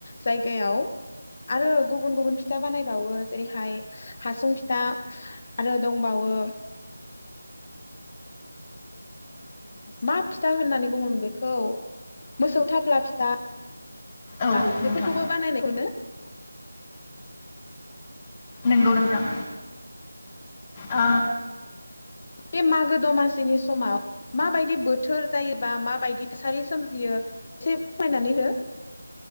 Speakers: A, on the left; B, on the left.
A: जायगायाव आरो गुबुन गुबुन फिथा बानायबावो जेरैहाय हासुं फिथा आरो दंबावो मा फिथा होननानै बुङोमोन बेखौ मोसौ थफ्ला फिथा।
B: औ
A: हा
B: नोंथां
A: बेफोरखौबो बानायनायखौनो <inaudible>
B: नंगौ नोंथां। ओ।
A: बे मागो दमासिनि समाव माबायदि बोथोर जायोबा माबायदि सारि सोमजियो एसे खमायनानै हो।